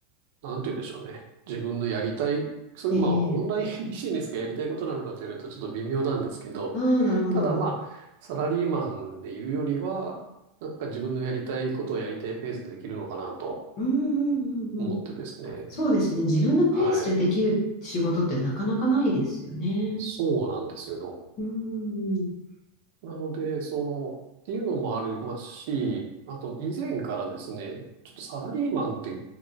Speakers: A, on the right; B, on the left.
A: の、なんて言うんでしょうね。自分のやりたい、それまあオンラインビジネスがやりたいことなのかと言われるとちょっと微妙なんですけど、
B: ええああー、なるほど。
A: ただまあ、サラリーマンでいるよりは、なんか自分のやりたいことをやりたいペースでできるのかなと
B: うんうんうんうん。
A: 思ってですね。
B: そうですね。自分のペースでできる仕事ってなかなかないですよね。
A: はい。そうなんですよ。
B: うーん。
A: なので、その、っていうのもありますし、あと以前からですね、ちょっとサラリーマンって、